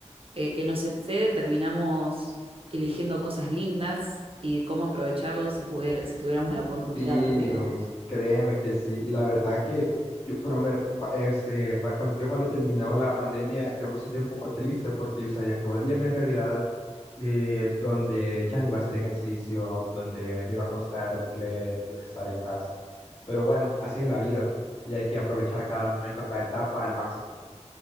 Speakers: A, on the right; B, on the left.
A: eh, que nos excede, terminamos eligiendo cosas lindas y cómo aprovecharlo si pudiera, si tuviéramos la oportunidad,
B: Sí,
A: digamos.
B: créeme que sí. Y la verdad que yo, pero me- pa- este, pa- cuan- yo cuando he terminado la pandemia, yo me sentí un poco triste porque yo sabía que volvía a mi realidad eh, donde ya no iba a hacer ejercicio, donde me iba a costar leer, estar en casa. Pero bueno, así es la vida y hay que aprovechar cada momento, cada etapa al máximo.